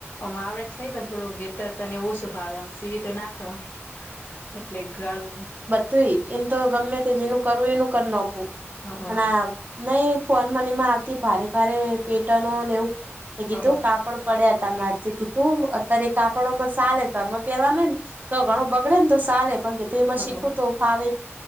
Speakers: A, on the left; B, on the right.
A: આવડે જ ખાઈ પણ થોડું વેતર તોને એવ ઓ શું ફાવે આમ સીવી તો નાખો. એટલે ગળું.
B: તુંય એમ તો ગમે તે જેનું કરવું એનું કર નાખું
A: હ હ
B: અને આ. નહી ફોન મનીમાં આવતી ભારે ભારે પેટર્નોને એવું કીધું
A: હ હ
B: કાપડ. પડ્યા ત મા કે તું અત્યારે કાપડોમાં ચલે ઘરમાં પેરવા નેને. તો ઘણો બગડે ને તો ચાલે પણ કેું એમાં શીખું
A: હ
B: તો. ભાવ